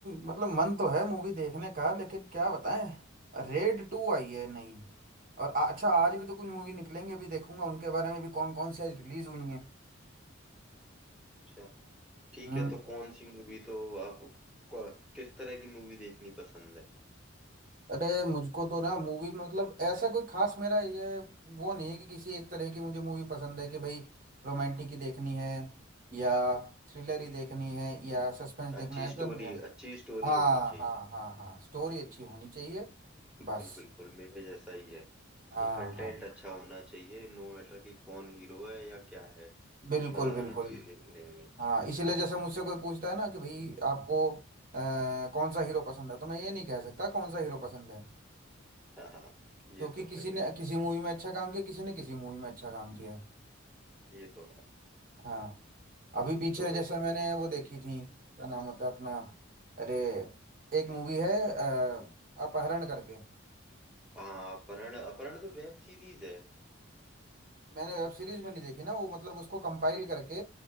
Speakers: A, on the right; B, in the centre.
A: मतलब मन तो है मूवी देखने का लेकिन क्या बताएं रेड टू आई है नहीं और आ- अच्छा आज भी तो कुछ मूवी निकलेंगे अभी देखूंगा उनके बारे में भी कौन कौन सी आज रिलीज हुई हैं
B: अच्छा ठीक
A: हम्म
B: है तो कौन सी मूवी तो आप को- किस तरह की मूवी देखनी पसंद है
A: अरे मुझको तो ना मूवी में मतलब ऐसा कोई खास मेरा ये वो नहीं है कि किसी एक तरह की मुझे मूवी पसंद है कि भाई रोमांटिक ही देखनी है या थ्रिलर ही देखनी है या
B: हम्म।
A: सस्पेंस देखना
B: अच्छी
A: है ऐसा
B: स्टोरी
A: नहीं है
B: अच्छी स्टोरी
A: हाँ
B: होनी चाहिए
A: हाँ हाँ हाँ स्टोरी अच्छी होनी चाहिए
B: बिल्कुल
A: बस
B: बिल्कुल मेरे जैसा ही है
A: हाँ
B: कि कंटेंट
A: हाँ
B: अच्छा होना चाहिए नो मैटर कि कौन हीरो है या क्या है
A: बिल्कुल
B: मजा
A: बिल्कुल
B: आना चाहिए देखने में
A: हाँ इसीलिए जैसे मुझसे कोई पूछता है ना कि भाई आपको अ, कौन सा हीरो पसंद है तो मैं ये नहीं कह सकता कौन सा हीरो पसंद है
B: हाँ हाँ ये
A: क्योंकि
B: तो
A: किसी
B: है
A: ने
B: बिल्कुल
A: किसी मूवी में अच्छा काम किया किसी ने किसी मूवी में अच्छा काम किया है
B: ये तो है
A: हाँ अभी पीछे
B: तो
A: जैसे मैंने वो देखी थी क्या नाम होता है अपना अरे एक मूवी है अ, अपहरण करके
B: हाँ अपहरण अपहरण तो वेब सीरीज है
A: मैंने वेब सीरीज में नहीं देखी ना वो मतलब उसको कंपाइल करके